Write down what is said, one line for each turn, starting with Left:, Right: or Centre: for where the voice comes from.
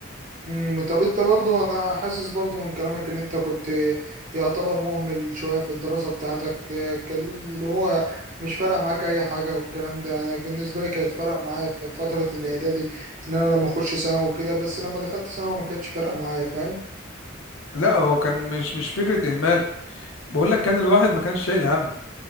Right: مم، طب انت برضو انا حاسس برضو من كلامك ان انت كنت يعتبر مهمل شوية في الدراسة بتاعتك آه، كان اللي هو مش فارق معاك اي حاجة والكلام ده انا بالنسبة لي كانت فارق معايا في فترة الاعدادي ان انا لما اخش ثانوي وكده بس لما دخلت ثانوي ما كانتش فارقة معايا فاهم
Left: لا هو كان مش مش فكرة إهمال بقول لك كان الواحد ما كانش شايل هم